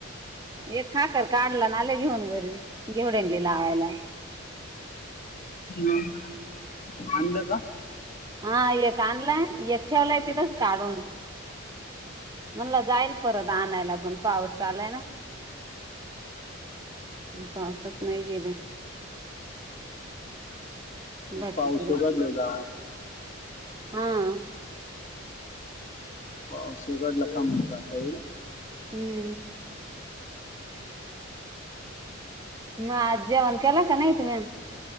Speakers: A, on the right (about 20°); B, on the left (about 35°).
A: एक खांकर काढंला आले घेऊंन घरी घेवडे यांला लावायंला
B: हम्मं आंनल कां
A: हां एक आणलांय एक ठेवलांय तिथंच काढूंन म्हणलं जाईल परंत आणांयला पणं पाऊस चालूं आहे नां पावसांत नाहीं गेले बाकीच
B: पाऊसं उगडंला की जां
A: हां
B: पाऊस ऊगडलां की मंग जातां येईल <unintelligible>
A: हम्म मं आंज जेवणं केलं कां नाहीं तुम्हीं